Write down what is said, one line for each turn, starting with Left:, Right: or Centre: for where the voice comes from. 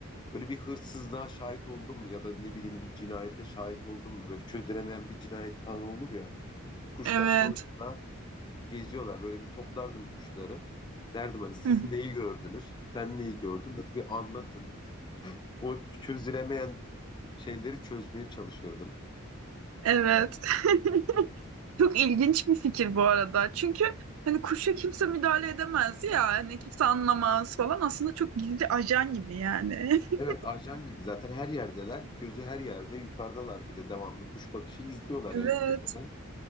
Left: böyle bir hırsızlığa şahit oldun mu ya da ne bileyim bir cinayete şahit oldun mu böyle çözülemeyen bir cinayet falan olur ya Böyle kuşlar
Right: Evet.
Left: sonuçta geziyorlar böyle bir toplardım kuşları derdim hani siz
Right: Hı.
Left: neyi gördünüz sen neyi gördün böyle bir anlatın o çözülemeyen şeyleri çözmeye çalışırdım.
Right: Evet. <laughs> Çok ilginç bir fikir bu arada. Çünkü hani kuşa kimse müdahale edemez ya. Hani kimse anlamaz falan. Aslında çok gizli ajan gibi yani. <laughs>
Left: Evet ajan gibi zaten her yerdeler. Gözü her yerde yukarıdalar bir de devamlı kuş bakışı izliyorlar
Right: Evet.
Left: yani tepeden.